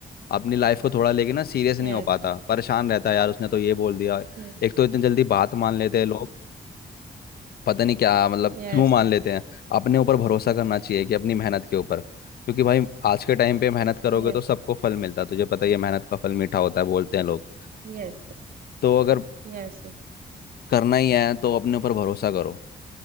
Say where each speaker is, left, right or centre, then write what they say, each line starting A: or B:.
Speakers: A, on the left (about 75°); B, on the right (about 65°).
A: अपनी लाइफ को थोड़ा लेके ना सीरियस नहीं
B: Yes
A: हो पाता परेशान रहता है यार उसने तो ये बोल दिया
B: yes
A: एक तो इतनी जल्दी बात मान लेते हैं लोग पता नहीं क्या मतलब
B: Yes
A: क्यों मान लेते हैं अपने ऊपर भरोसा करना चाहिए कि अपनी मेहनत के ऊपर क्योंकि भाई आज के टाइम पे मेहनत करोगे
B: yes
A: तो सबको फल मिलता है तुझे पता ही है मेहनत का फल मीठा होता है बोलते हैं लोग
B: Yes
A: तो अगर
B: yes
A: करना ही है तो अपने ऊपर भरोसा करो